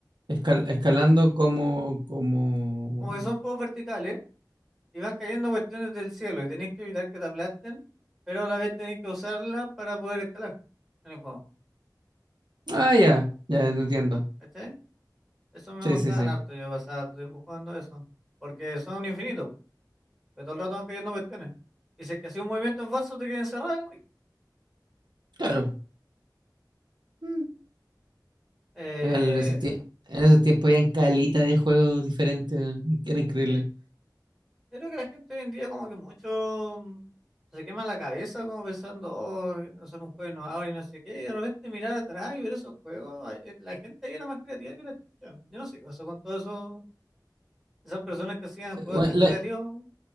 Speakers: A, on the right; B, in the centre.
A: escal- escalando como, como.
B: Como que son juegos verticales y van cayendo cuestiones del cielo y tenéis que evitar que te aplasten, pero a la vez tenéis que usarla para poder escalar en el juego.
A: Ah, ya, ya no entiendo.
B: ¿Cachai? Eso me
A: Sí,
B: gustaban
A: sí, sí.
B: harto, yo pasaba harto tiempo jugando eso. Porque son infinitos, pero todo el rato van cayendo cuestiones. Y si es que hacía un movimiento en falso, te quedas encerrado y no morís.
A: Claro. Mm.
B: Eh,
A: En esos tie- en esos tiempos habían calita de juegos diferentes, weón, era increíble.
B: sí. Creo que la gente hoy en día como que mucho mm, se quema la cabeza como pensando, oh, son un juego innovador y no sé qué, y de repente mirar atrás y ver esos juegos, ah, eh, la gente ahí era más creativa que la chucha. Yo no sé, o sea, con todo eso, esas personas que hacían
A: Eh,
B: juegos
A: bueno,
B: tan
A: la,
B: creativos,